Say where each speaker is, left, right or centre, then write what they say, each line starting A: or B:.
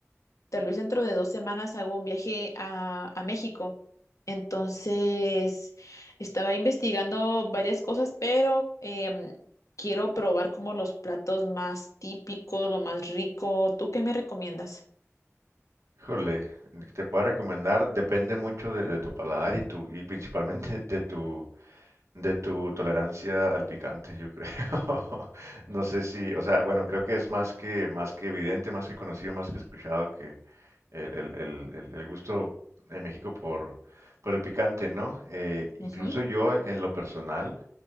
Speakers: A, on the left; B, on the right.
A: tal vez dentro de dos semanas hago un viaje a, a México. Entonces, estaba investigando varias cosas, pero em, quiero probar como los platos más típicos, lo más rico. ¿Tú qué me recomiendas?
B: Híjole, te puedo recomendar, depende mucho de, de tu paladar y tu, y principalmente <laughs> de tu, de tu tolerancia al picante, yo creo. <laughs> No sé si, o sea, bueno, creo que es más que, más que evidente, más que conocido, más que escuchado que el, el- el- el- el gusto en México por, por el picante, ¿no? Eh, incluso
A: Ujú,
B: yo en lo personal.